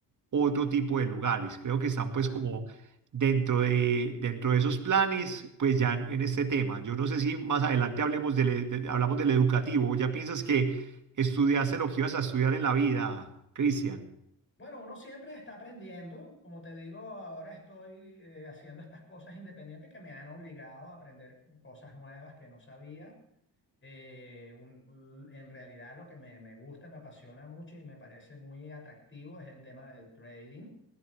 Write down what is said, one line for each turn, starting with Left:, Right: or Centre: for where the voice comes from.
Right: otro tipo de lugares. Creo que están pues
Left: claro.
Right: como dentro de, dentro de esos planes, pues ya en, en este tema. Yo no sé si más adelante hablemos del, e- de- hablamos del educativo. ¿O ¿Ya piensas que estudiaste lo que ibas a estudiar en la vida, Cristian?
Left: Bueno, uno siempre está aprendiendo. Como te digo, ahora estoy eh, haciendo estas cosas independientes que me han obligado a aprender cosas nuevas que no sabía. Eh, un- en realidad lo que me, me gusta, me apasiona mucho y me parece muy atractivo es el tema del trading